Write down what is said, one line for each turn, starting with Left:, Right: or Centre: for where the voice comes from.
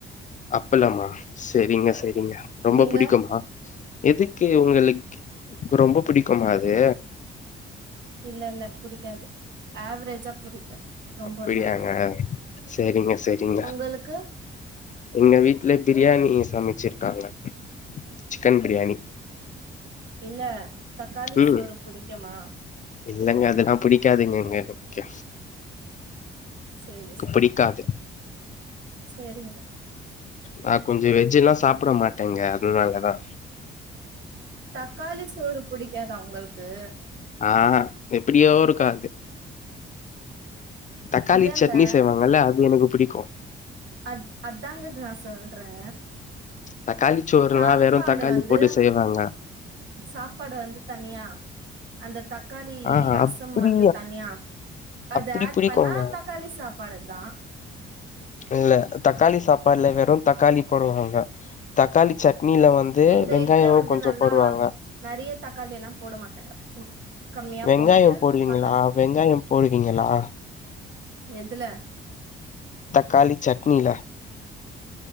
Left: அப்பளமா செரிங்க செரிங்க ரொம்ப
Right: நீங்க
Left: புடிக்குமா எதுக்கு உங்களுக்கு ரொம்ப புடிக்குமா அது
Right: இல்ல இல்ல புடிக்காது ஆவ்ரேஜா புடிக்கு ரொம்பல்லா
Left: அப்டியாங்க
Right: இல்ல
Left: செரிங்க செரிங்க
Right: உங்களுக்கு
Left: எங்க வீட்ல பிரியாணி சமச்சிருக்காங்க சிக்கன் பிரியாணி
Right: இல்ல தக்காளி
Left: ம்
Right: சோறு புடிக்குமா
Left: இல்லங்க அதெல்லா புடிக்காதுங்க இங்க எனக்
Right: செரி செரி
Left: புடிக்காது
Right: செரிங்க
Left: நா கொஞ்சோ வெஜ்ஜெல்லா சாப்ட மாட்டேங்க அதுனாலதா
Right: தக்காளி சோறு புடிக்காதா உங்களுக்கு
Left: ஆஹ எப்டியோ ஒருக்காது தக்காளி
Right: இல்லங்க
Left: சட்னி செய்வாங்கல்ல அது எனக்கு புடிக்கு
Right: அத் அதாங்க நா சொல்றே
Left: தக்காளி ச்சோறுனா
Right: சாப்பாடு
Left: வெறு தக்காளி
Right: வந்து
Left: போட்டு செய்வாங்க
Right: சாப்பாடு வந்து தனியா அந்த தக்காளி
Left: ஆ
Right: ரசம்
Left: அப்டி
Right: வந்து தனியா அது
Left: அப்டி
Right: ஆட்
Left: பிடிக்குங்க
Right: பண்ணா தக் காளி சாப்பாடு அதா
Left: இல்ல தக்காளி சாப்பாடுல வெறு தக்காளி போடுவாங்க தக்காளி சட்னியில வந்து
Right: எங்க
Left: வெங்காயோ
Right: இதுல வந்து
Left: கொஞ்சோ
Right: நல்லா
Left: போடுவாங்க
Right: நெறைய தக்காளில்லா போட மாட்டாங்க சும் கம்மியா
Left: வெங்காய
Right: போட்டு
Left: போடுவீங்களா
Right: தக்காளி
Left: வெங்காய போடுவீங்களா
Right: எதுல
Left: தக்காளிச்சட்னில